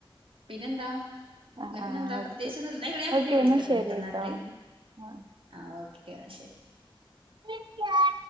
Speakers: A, on the right; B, on the right.
A: പിന്നെ എന്താ
B: ആഹ്
A: എന്നാ
B: ആഹ്
A: പിന്നെന്താ
B: ഓക്കെ
A: പ്രത്യേകിച്ച്ന്നുല്ല ന്ന അയ്ക്കോട്ടെ ഞാൻ
B: ഓക്കെ
A: പിന്നെ വിളിക്കട്ടോ
B: എന്നാ ശരി
A: ന്നാല്
B: ട്ടോ ആഹ്
A: ആഹ് ഓക്കേ എന്നാ ശരി
B: ഓക്കെ.